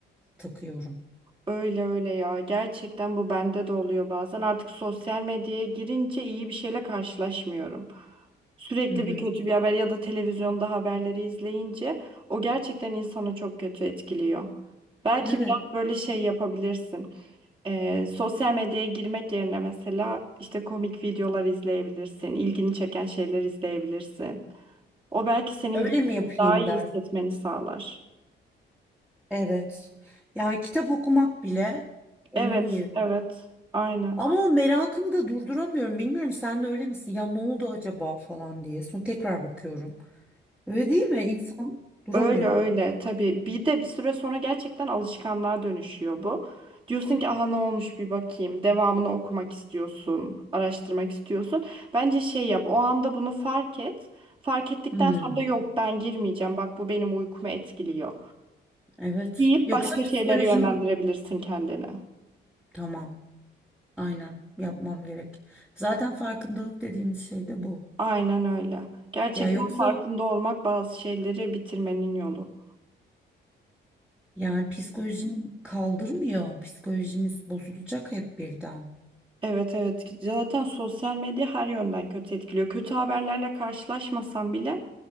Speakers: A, in the centre; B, on the right.
A: takıyorum.
B: Öyle öyle ya. Gerçekten bu bende de oluyor bazen. Artık sosyal medyaya girince iyi bir şeyle karşılaşmıyorum. Sürekli
A: Hı hı.
B: bir kötü bir haber ya da televizyonda haberleri izleyince o gerçekten insanı çok kötü etkiliyor. Belki
A: Evet.
B: biraz böyle şey yapabilirsin. Ee, sosyal medyaya girmek yerine mesela işte komik videolar izleyebilirsin, ilgini çeken şeyler izleyebilirsin. O belki senin
A: Öyle mi yapayım
B: daha iyi
A: der.
B: hissetmeni sağlar.
A: Evet. Yani kitap okumak bile onun
B: Evet,
A: yeri.
B: evet, aynen.
A: Ama o merakımı da durduramıyorum. Bilmiyorum sen de öyle misin? Ya ne oldu acaba falan diye. Sonra tekrar bakıyorum. Öyle değil mi? İnsan duramıyor.
B: Öyle öyle tabii. Bir de bir süre sonra gerçekten alışkanlığa dönüşüyor bu. Diyorsun ki aha ne olmuş bir bakayım. Devamını okumak istiyorsun, araştırmak istiyorsun. Bence şey yap. O anda bunu fark et. Fark ettikten
A: Hmm,
B: sonra da yok ben girmeyeceğim. Bak bu benim uykumu etkiliyor.
A: evet.
B: Deyip
A: Yoksa
B: başka şeylere
A: psikolojim
B: yönlendirebilirsin kendini.
A: tamam. Aynen yapmam gerek. Zaten farkındalık dediğimiz şey de bu.
B: Aynen öyle. Gerçekten
A: Ya yoksa
B: farkında olmak bazı şeyleri bitirmenin yolu.
A: yani psikolojim kaldırmıyor. Psikolojimiz bozulacak hep birden.
B: Evet evet zaten sosyal medya her yönden kötü etkiliyor. Kötü haberlerle karşılaşmasan bile